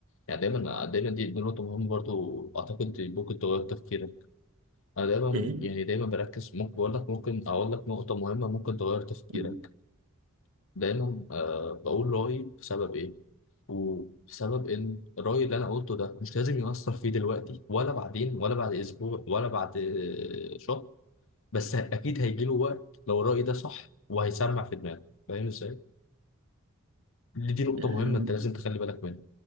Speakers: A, on the left; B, on the right.
A: يعني دايما دايما دي, دي نقطة مهمة برضو أعتقد ممكن تغير تفكيرك أنا دايما
B: ايه
A: يعني دايما بركز ممكن بقول لك ممكن أقول لك نقطة مهمة ممكن تغير تفكيرك
B: مم.
A: دايما أه بقول رأيي بسبب إيه وبسبب إن الرأي اللي أنا قلته ده مش لازم يؤثر فيه دلوقتي ولا بعدين ولا بعد أسبوع ولا بعد آه، شهر بس أكيد هيجيله وقت لو الرأي ده صح وهيسمع في دماغه فاهم إزاي؟ دي دي نقطة
B: إيه،
A: مهمة أنت لازم تخلي بالك منها